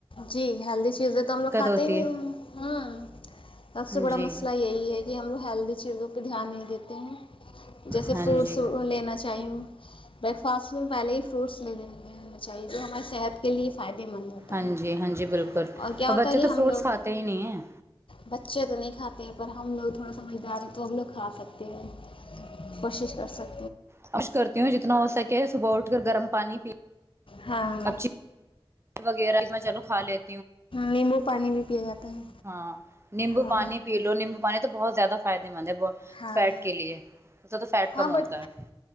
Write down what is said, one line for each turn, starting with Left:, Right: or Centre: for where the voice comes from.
Left: جی ہیلدی چیزیں تو ہم لوگ کھاتے
Right: ہوتی
Left: ہی نہیں
Right: ہے
Left: ہیں ہ سب سے بڑا
Right: جی
Left: مسئلہ یہی ہے کہ ہم لوگ ہیلدی چیزوں پہ دھیان نہیں دیتے ہیں جیسے
Right: ہاں
Left: فروٹس
Right: جی
Left: لینا چاہیے بریک فاسٹ میں پہلے ہی فروٹس لےنےینا چاہیے جو ہماراری صحت کے لیے فائدے مند اور
Right: ہاں جی ہاں جی بالکل
Left: کیا
Right: اور
Left: ہوتا
Right: بچے
Left: ہے کہ
Right: تو
Left: ہم
Right: فروٹس
Left: لوگ
Right: کھاتے ہی نہیں ہیں
Left: بچے تو نہیں کھاتے پر ہم لوگ تھوڑا سمجھدار تو ہم لو کھا سک ہیں کوشش کر سکتے ہیں
Right: خوش کرتی ہوں جتنا ہو سکے صبح اٹھ کر گرم پانی پی
Left: ہاں
Right: اب وغیرہ میں چلو کھا لیتے
Left: نیمبو پانی بھی پیا جاتا ہے
Right: ہاں نیمبو
Left: ہاں
Right: پانی پی لو نیمبو پانی تو بہت زیاد فائد مند ہے
Left: ہاں
Right: فیٹ کے لیے فیٹ
Left: ہاں
Right: کم ہوتا
Left: بٹ
Right: ہے